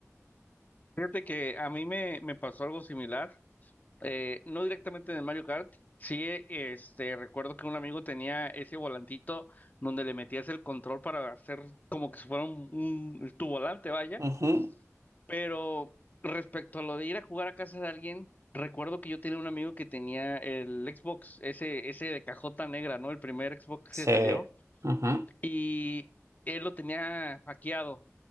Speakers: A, on the left (about 35°); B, on the right (about 70°).
A: Fíjate que a mí me, me pasó algo similar, eh, no directamente en el Mario Kart. Sí, eh, este, recuerdo que un amigo tenía ese volantito donde le metías el control para hacer como que si fuera un, un- tu volante, vaya
B: Ujú,
A: Pero respecto a lo de ir a jugar a casa de alguien, recuerdo que yo tenía un amigo que tenía el Xbox, ese, ese de cajota negra, ¿no? El primer Xbox
B: Sí.
A: que salió,
B: Ujú,
A: y él lo tenía hackeado.